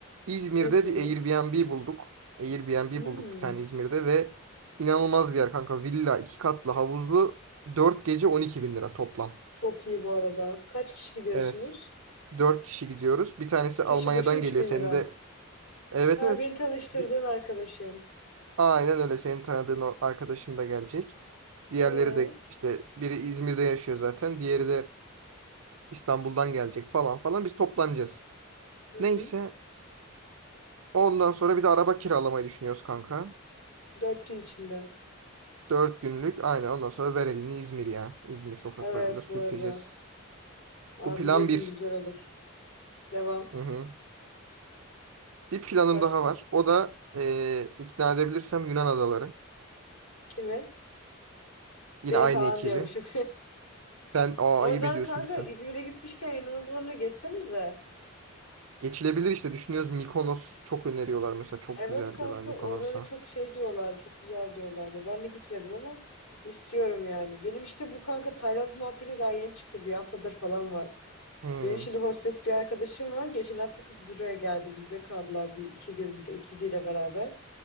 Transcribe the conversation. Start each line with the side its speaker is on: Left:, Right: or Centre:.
Right: İzmir'de
Left: Ne planı?
Right: bir Airbnb bulduk. Airbnb
Left: Hmm,
Right: bulduk bir tane İzmir'de ve inanılmaz bir yer kanka. Villa, iki katlı, havuzlu. dört gece 12 bin lira toplam.
Left: çok iyi bu arada. Kaç kişi gidiyorsunuz?
Right: Evet. dört kişi gidiyoruz. Bir tanesi Almanya'dan
Left: Kişi başı üç
Right: geliyor.
Left: bin
Right: Senin
Left: lira.
Right: de... Evet
Left: Ha,
Right: evet.
Left: beni tanıştırdığın
Right: Bir...
Left: arkadaşın.
Right: Aynen öyle. Senin tanıdığın o arkadaşım da gelecek. Diğerleri
Left: Ee?
Right: de işte biri İzmir'de yaşıyor zaten. Diğeri de İstanbul'dan gelecek falan falan. Biz toplanacağız.
Left: Hı
Right: Neyse.
Left: hı.
Right: Ondan sonra bir de araba kiralamayı düşünüyoruz kanka.
Left: Dört gün içinde.
Right: Dört günlük. Aynen ondan sonra ver elini İzmir ya. İzmir sokaklarında
Left: Evet
Right: sürteceğiz.
Left: bu arada. Abi
Right: Bu plan
Left: gezin
Right: bir.
Left: güzel olur. Devam.
Right: Hı hı. Bir planım
Left: Başka?
Right: daha var. O da eee, ikna edebilirsem Yunan adaları.
Left: Kimi?
Right: Yine
Left: Beni
Right: aynı
Left: falan
Right: ekibi.
Left: diyormuşum.
Right: Sen
Left: <laughs>
Right: aa
Left: Oradan
Right: ayıp ediyorsun
Left: kanka
Right: lütfen.
Left: İzmir'e gitmişken Yunan adalarına geçsenize.
Right: Geçilebilir işte düşünüyoruz. Mikonos çok öneriyorlar mesela. Çok
Left: Evet
Right: güzel
Left: kanka
Right: diyorlar Mikonos'a.
Left: oralara çok şey diyorlar. Çok güzel diyorlar. Ya Ben de gitmedim ama istiyorum yani. Benim işte bu kanka Tayland muhabbeti daha yeni çıktı. Bir haftadır falan var.
Right: Hı,
Left: Benim şimdi hostes bir arkadaşım var. Geçen hafta kız buraya geldi. Bizde kaldılar bir iki gün bir de ikiziyle beraber.